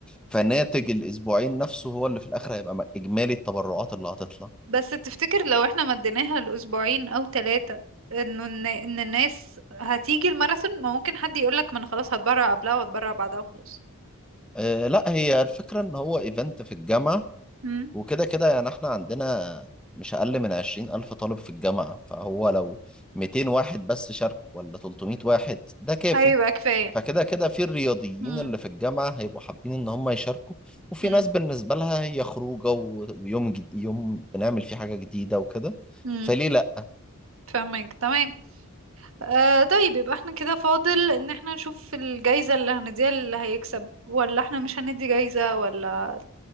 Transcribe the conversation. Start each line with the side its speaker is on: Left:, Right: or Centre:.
Centre: فناتج الاسبوعين نفسه هو اللي في الاخر هيبقى م- اجمالي التبرعات اللي هتطلع
Right: بس تفتكر لو احنا مديناها لأسبوعين أو ثلاثة انه الن- ان الناس هتيجي الماراثون ما ممكن حد يقولك ما انا خلاص هتبرع قبلها وهتبرع بعدها وخلاص
Centre: أه لا هي الفكرة ان هو ايفنت في الجامعة
Right: امم
Centre: وكده كده يعني احنا عندنا مش اقل من عشرين الف طالب في الجامعة فهو لو 200 واحد بس شارك ولا 300 واحد ده كافي
Right: هيبقى كفاية
Centre: فكده كده في الرياضيين
Right: امم
Centre: اللي في الجامعة هيبقوا حابين إن هم يشاركوا وفي
Right: امم
Centre: ناس بالنسبة لها هي خروجة و- ويوم جد... يوم بنعمل فيه حاجة جديدة وكده
Right: امم
Centre: فليه لأ
Right: فاهمك تمام آه طيب يبقى احنا كده فاضل ان احنا نشوف الجايزة اللي هنديها اللي هيكسب ولا احنا مش هندي جايزة ولا